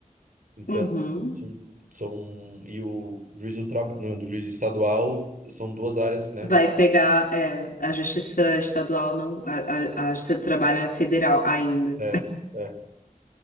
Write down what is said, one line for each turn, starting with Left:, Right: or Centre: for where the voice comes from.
Right: Então,
Left: uhum.
Right: são, são- e o juiz do trabalho, não, do juiz estadual, são duas áreas, né?
Left: Vai pegar, é, a justiça estadual não, a, a, a justiça do trabalho é federal ainda.
Right: É, é.